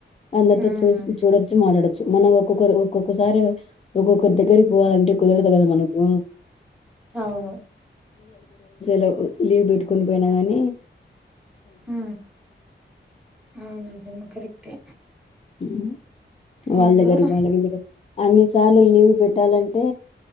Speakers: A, on the left (about 30°); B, in the centre.
A: అందరి
B: హ్మ్.
A: తో చూ చూడచ్చు మాట్లాడు మనం ఒక్కొక్కరు ఒక్కొక్కసారి ఒక్కొక్కరి దగ్గరికి పోవాలంటే కుదరదు కదా మనకు
B: అవును
A: లో లీవ్ పెట్టుకని పోయినా గానీ
B: హు అవును అదేమో కరెక్టే
A: మ్ వాళ్ళదగరి
B: ఎందోరా
A: వాళ్ళవిగ అన్ని సార్లు లీవ్ పెట్టాలంటే